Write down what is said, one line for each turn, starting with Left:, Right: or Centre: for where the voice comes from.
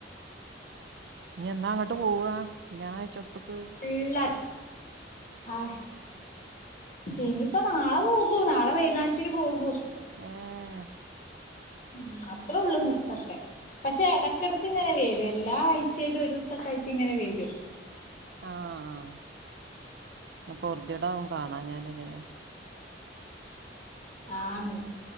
Right: നീ എന്താ അങ്ങോട്ട് പോവാ കല്യാണം കഴച്ചിടത്തക്ക്
Left: എള്ള ഹായ് ഇനിയിപ്പോ നാളെ പോകൂ നാളെ വൈകുന്നേരത്തിന് പോകൂ
Right: ഏഹ
Left: ഉം അത്രേ ഉള്ളൂ നിർത്തൊക്കെ പക്ഷെ ഇടക്കിടക്ക് ഇങ്ങനെ വരും എല്ലാ ആഴ്ചേയിലും ഒരു ദിവസക്ക ആയിട്ട് ഇങ്ങനെ വരും
Right: ആഹ അ പൊറുതടകും കാണാം ഞാലല്ലേ
Left: ആന്ന്